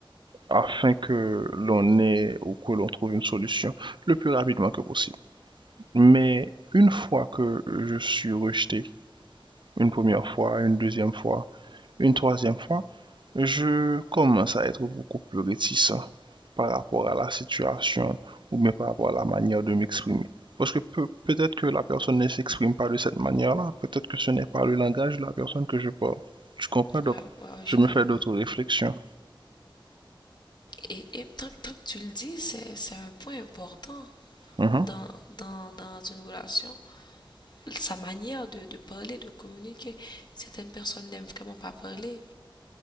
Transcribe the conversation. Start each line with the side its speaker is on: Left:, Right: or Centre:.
Right: afin que l'on ait ou que l'on trouve une solution le plus rapidement que possible. Mais une fois que je suis rejeté, une première fois, une deuxième fois, une troisième fois, je commence à être beaucoup plus réticent par rapport à la situation ou bien par rapport à la manière de m'exprimer. Parce que peu- peut-être que la personne ne s'exprime pas de cette manière-là, peut-être que ce n'est pas le langage de la personne que je parle. Tu comprends? Donc,
Left: Mm. Ouais, ouais, ouais,
Right: je
Left: je comprends.
Right: me fais d'autres réflexions.
Left: Et, et tant, que- tant que tu le dis, c'est, c'est un point important
Right: Mhm.
Left: dans, dans, dans une relation. Sa manière de, de parler, de communiquer. Certaines personnes n'aiment vraiment pas parler.